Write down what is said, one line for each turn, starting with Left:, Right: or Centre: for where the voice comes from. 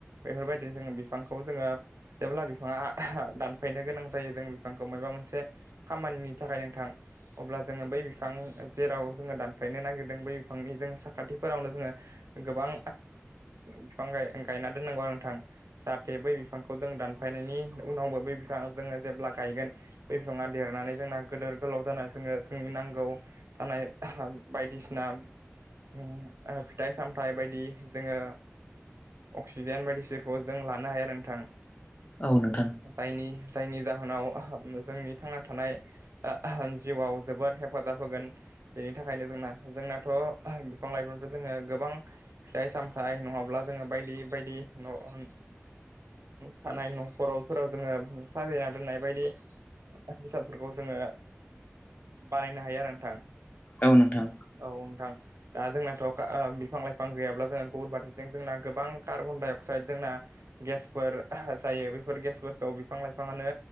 Right: बेफोरबायदिनो जोङो बिफांखौ जोङो जेब्ला बिफाङा दानफायनो गोनां जायो जों बिफांखौ मेबा मोनसे खामानि नि थाखाय नोंथां अब्ला जोङो बै बिफां जेराव जोङो दानफायनो नागिरदों बै बिफांनि जोङो साखाथिफोरावनो जोङो ओ गोबां बिफां गायना दोननांगौ आरो नोंथां। जाहाथे बै बिफांखौ जों दानफायनायनि उनावबो बै बिफाङा जोङो जेब्ला गायगोन बै बिफाङा देरनानै जोंना गोदोर गोलाव जा जोङो जोंनि नांगौ थानाय बायदिसिना ओम फिथाइ सामथाइ बायदि जोङो अक्सिजेन बायदिसिनाखौ जों लानो हाया आरो नोंथां
Left: औ नोंथां
Right: जायनि जायनि जाहोनाव जोंनि थांना थानाय जिउयाव जोबोर हेफाजाब होगोन। बेनि थाखायनो जोंना जोंनाथ' बिफां लाइफांखौ जोङो गोबां फिथाइ सामथायाइ नङाब्ला ब्ला जोङो बायदि बायदि न' अ थानाय न'खरावफोराव जोङो साजायना दोननाय बायदि बेसादफोरखौ जोङो बानायनो हायो आरो नोंथां।
Left: औ नोंथां
Right: औ नोंथां दा जोंनाथ' बिफां लाइफां गैयाब्ला जोंहा गुबुन बारसेथिं जोंना गोबां कार्बन डाइ अक्साइड जोंना गेसफोर जायो बेफोर गेसफोरखौ बिफां लाइफाङानो